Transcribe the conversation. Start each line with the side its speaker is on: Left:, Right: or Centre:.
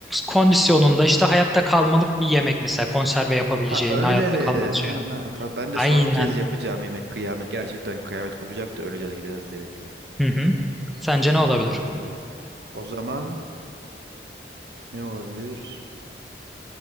Centre: kondisyonunda işte hayatta kalmalık bir yemek mesela. Konserve yapabileceğin,
Right: Ha öyleli.
Centre: hayatta kalmak için.
Right: Ha tabii ben de
Centre: Aynen.
Right: son kez yapacağım yemek kıyamet. Gerçekten kıyamet kopacak da öleceğiz gideceğiz diye bekliyorum.
Centre: Hı hı. Sence ne
Right: Ee,
Centre: olabilir?
Right: o zaman ne olabilir?